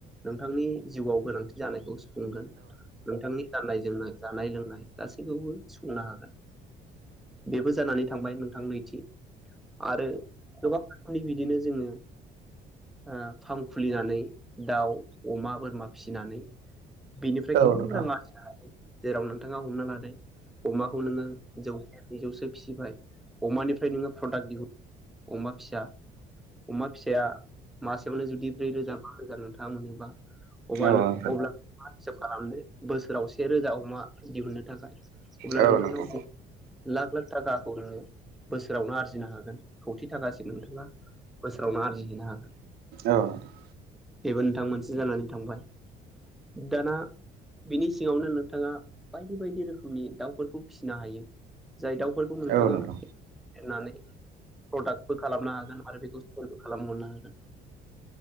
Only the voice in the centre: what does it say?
नोंथांनि जिउआव गोनांथि जानायखौ सुफुंगोन। नोंथांनि गाननाय जोमनाय जानाय लोंनाय गासैखौबो सुफुंनो हागोन। बेबो जानानै थांबाय नोंथां नैथि। आरो गोबां रोखोमनि बिदिनो जोङो ओ फार्म खुलिनानै दाउ अमा बोरमा फिसिनानै बेनिफ्राय गोबां
रां आरजिनो हायो। जेराव नोंथाङा हमनो लादों अमाखौ नोङो जौ जौसे फिबाय अमानिफ्राय नोङो प्रडाक्ट दिहुन अमा फिसा। अमा फिसाया मासेयावनो जुदि ब्रै रोजा बा रोजा नोंथाङा मोनोबा। अबा
अब्ला मा हिसाब खालामदो बोसोराव से रोजा अमा दिहुननो थाखाय अब्ला
नोंथांनाव
लाख लाख थाखाखौ नोङो बोसोरावनो आरजिनो हागोन खौथि थाखासिम नोंथाङा बोसोरावनो आरजिहैनो हागोन
बेबो नोंथां मोनसे जानानै थांबाय। दाना बिनि सिङावनो नोंथाङा बायदि बायदि रोखोमनि दाउफोरखौ फिनो हायो। जाय दाउफोरखौ नोंथाङा
होननानै प्रदाक्टबो खालामनो हागोन आरो बेखौ सेलबो खालामहरनो हागोन।